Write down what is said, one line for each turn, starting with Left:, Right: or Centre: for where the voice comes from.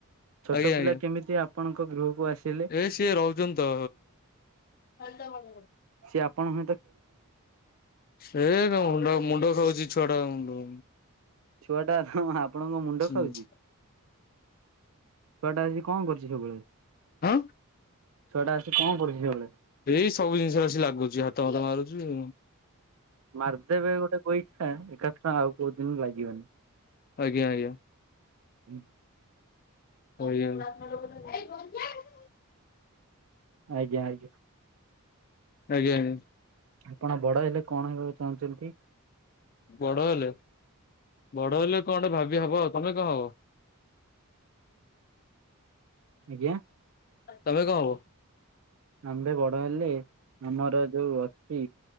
Right: ଛୋଟ
Left: ଆଜ୍ଞା
Right: ପିଲା
Left: ଆଜ୍ଞା
Right: କେମିତି ଆପଣଙ୍କ ଗୃହକୁ ଆସିଲେ
Left: ଏ ସିଏ ରହୁଚନ୍ତି ତ <unintelligible>
Right: ସିଏ ଆପଣ ହୁଁ।
Left: ସେ ମୁଣ୍ଡ ମୁଣ୍ଡ ଖାଉଚି ଛୁଆ ଟା ମୁଣ୍ଡ
Right: ଛୁଆ ଟା ତମ ଆପଣଙ୍କ
Left: ହୁଁ
Right: ମୁଣ୍ଡ ଖାଉଚି। ଛୁଆଟା ଆସିକି କଣ କରୁଚି ସବୁବେଳେ?
Left: ହାଁ।
Right: ଛୁଆଟା ଆସିକି କଣ କରୁଚି ସେବୁବେଳେ?
Left: ଏଇ ସବୁ ଜିନିଷ ଆସି ଲାଗୁଚି ହାତ ଫାତ ମାରୁଚି।
Right: ମାରିଦେବେ ଗୋଟେ ଗେଇଠା ଏକାଥରେ ଆଉ କୋଉ ଦିନ ଲାଗିବନି।
Left: ଆଜ୍ଞା ଆଜ୍ଞା।
Right: ହୁଁ।
Left: <inaudible>
Right: ଆଜ୍ଞା ଆଜ୍ଞା।
Left: ଆଜ୍ଞା।
Right: ଆପଣ ବଡ ହେଲେ କଣ ହେବାକୁ ଚାହୁଁଚନ୍ତି?
Left: ବଡ ହେଲେ ବଡ ହେଲେ କଣ୍ଟେ ଭାବିଆ ହବ ତମେ କଣ ହବ?
Right: ଆଜ୍ଞା।
Left: ତମେ କଣ ହବ?
Right: ଆମ୍ଭେ ବଡ ହେଲେ ଆମର ଯୋଉ ଅଛି